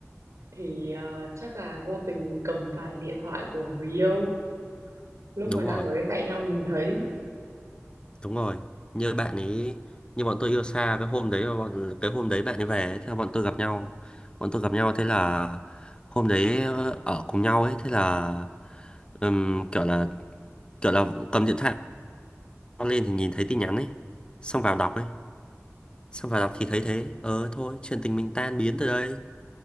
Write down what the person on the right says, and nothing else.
Thì ờ, chắc là vô tình cầm phải điện thoại của người yêu. Lúc
mà đang
ở bên cạnh nhau nhìn thấy,